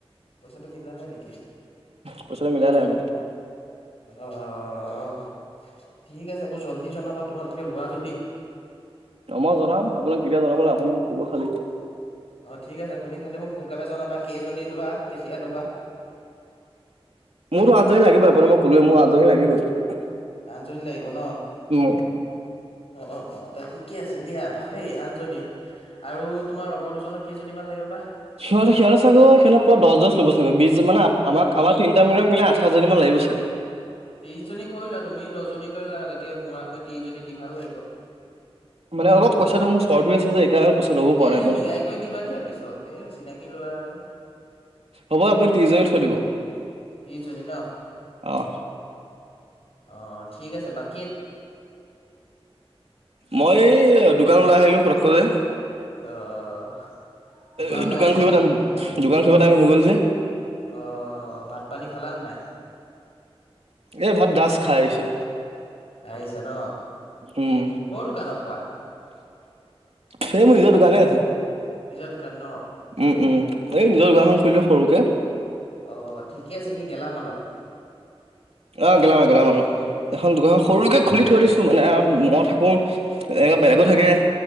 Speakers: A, on the left (about 70°); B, on the right (about 80°).
A: পইচাটো মিলা নাই নেকি?
B: পইচাটো মিলা নাই মানে
A: অহ ঠিক আছে মোক জল্দি জনাবা তোমালোকে লোৱা যদি?
B: অ মই জনাম আপোনাক কেতিয়া জনাব লাগে আপুনি মোক ক'ব খালি।
A: অ, ঠিক আছে, তুমি খালি মোক সোনকালে জনাবা। কেইজনী লোৱা কেতিয়া লবা
B: মোৰতো <unintelligible> লাগিবই আপোনাক মই ক'লোৱেই, মোৰ <unintelligible> লাগিবই।
A: আঞ্চলিক লাগিব ন।
B: উম।
A: অ অ অ ত ঠিকে আছে দিয়া ভালেই আন যদি আৰু তোমাৰ লগৰ দুজনক কেইজনীমান লাগিব বা?
B: সিহঁত সিহঁতে চাগৈ সিহত পোৱা দছ দছ ল'ব চাগৈ বিছ মানে আমাক আমাৰ তিনিটা মিলাই মিলাই আঠ হাজনী মান লাগিব চাগে।
A: ত্ৰিশজনী কৰি লোৱা তুমি দহজনী লৈলা তকে মোৰ আও ত্ৰিশজনী দি ভাল লাগিব।
B: মানে অলপ পইচাটো মোৰ স্বৰত আছে যে <unintelligible> পাছত ৰ'ব পাৰা
A: এ
B: নাই
A: তুমি
B: মই
A: মিলাই কৰি দিবা দিয়া পিছত এ চিনাকি ল'ৰা আৰু
B: হ'ব আপুনি ত্ৰিছজনী থৈ দিব
A: ত্ৰিশজনী ন
B: আহ
A: অ ঠিক আছে বাক
B: মই এই দোকান ওলাই আহিলো ফতক কেনে
A: আহ দোকানলে
B: এই দোকান
A: আহিছে
B: খুলিব
A: নেকি?
B: টাইম দোকান খুলিব টাইম হৈ গ'ল যে
A: অ ভাত পানী খালা নে নাই?
B: এই ভাত জাষ্ট খাই আহিছো
A: খাইছা ন,
B: উম
A: ক দোকান কোৱা?
B: সে মোৰ নিজৰ দোকানে আছে।
A: নিজৰ দোকান ন।
B: উম উম এই নিজৰ দোকান এখন খুলি লওঁ, সৰুকে।
A: অ ঠিকে আছে, কি গেলা মালৰ?
B: অ' গেলা মাল, গেলা মালৰ। এখন দোকান সৰুকে খুলি থৈ দিছো মানে, মই থাকো এনেকুৱা বেলেগো থাকে।